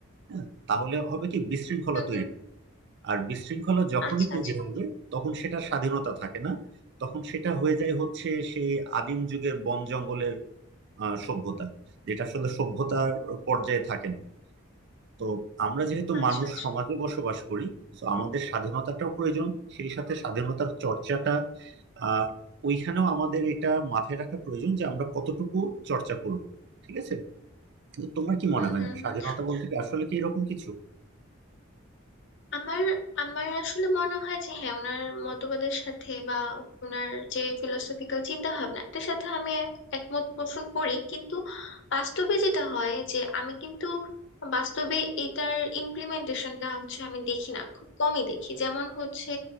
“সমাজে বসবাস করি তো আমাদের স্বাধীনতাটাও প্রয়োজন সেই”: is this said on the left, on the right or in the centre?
Right